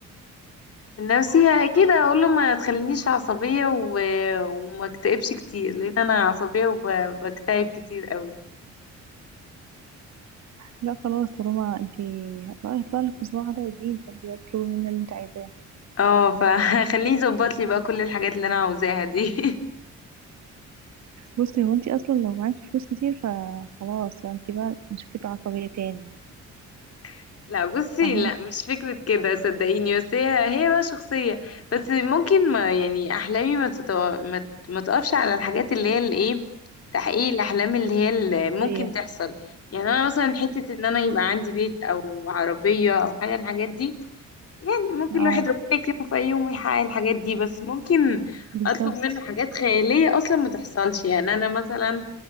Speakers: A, on the left; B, on the right.
A: النفسية أكيد هقول له ما تخلينيش عصبية و... وما اكتئبش كتير لأن أنا عصبية وبكتئب كتير قوي
B: لا خلاص طالما انتي بقى هيطلع لك مصباح علاء الدين فانتي بقى تطلبي منه اللي انت عايزاه
A: اه فخليه <laughs> يظبط لي بقى كل الحاجات اللي أنا عاوزاها دي
B: بصي هو انتي اصلا لو معاكي فلوس كتير فخلاص فانتي بقى مش هتبقي عصبية تاني يعني،
A: <laughs> لا بصي
B: فاهمة
A: لا مش فكرة كده صدقيني بس هي هي بقى شخصية بس ممكن ما يعني أحلامي ما, تتو... ما... ت- ما تقفش على الحاجات اللي هي الإيه تحقيق الأحلام اللي هي اللي ممكن
B: ايه
A: تحصل يعني أنا مثلا حتة إن أنا يبقى عندي بيت أو عربية أو حاجة من الحاجات دي يعني ممكن
B: اه
A: الواحد ربنا يكرمه في أي يوم ويحقق الحاجات دي بس ممكن
B: بالظبط
A: أطلب منه حاجات خيالية أصلا ما تحصلش يعني أنا مثلا